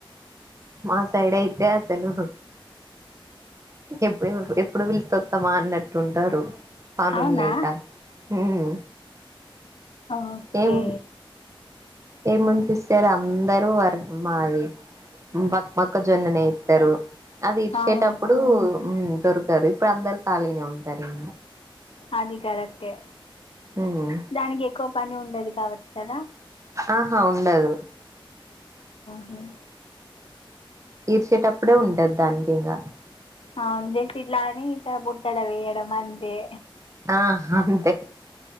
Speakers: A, on the right (about 35°); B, on the left (about 80°).
A: మా సైడ్ అయితే అసలు ఎప్పుడు ఎప్పుడు పిలితే వస్తామా అన్నట్టు ఉంటారు పనులు
B: అవునా
A: లేక ఉమ్
B: ఓకే
A: ఏం ఏముంది సిస్టర్ అందరు వర్క్ మాది మొక్క మొక్కజొన్ననే ఎస్తారు అది ఇడిచేటప్పుడు
B: అవును
A: దొరకారు ఇప్పుడు అందరు ఖాళీనే ఉంటారు ఇ
B: అది కరెక్టే
A: మ్
B: దానికి ఎక్కువ పని ఉండది కావచ్చు కదా
A: ఆహా ఉండదు
B: అ
A: ఈర్చేటప్పుడే ఉంటది దానికి ఇంకా
B: ఆ జసి ఇట్లానే ఇట్లా బుట్టల వేయ్యడం మందే
A: ఆ అంతే